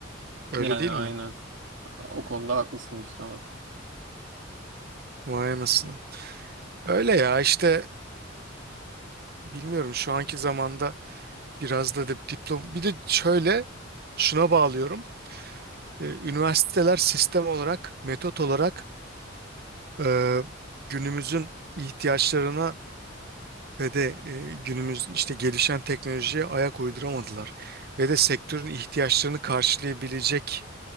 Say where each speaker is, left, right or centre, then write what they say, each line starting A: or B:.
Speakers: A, on the right (about 55°); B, on the right (about 75°).
A: Öyle
B: Yani
A: değil
B: aynen.
A: mi?
B: O konuda haklısın işte bak.
A: Vay anasını. Öyle ya işte bilmiyorum şu anki zamanda biraz da dip- diplom. Bir de şöyle şuna bağlıyorum. Ee, Üniversiteler sistem olarak, metot olarak e, günümüzün ihtiyaçlarına ve de e, günümüz işte gelişen teknolojiye ayak uyduramadılar. Ve de sektörün ihtiyaçlarını karşılayabilecek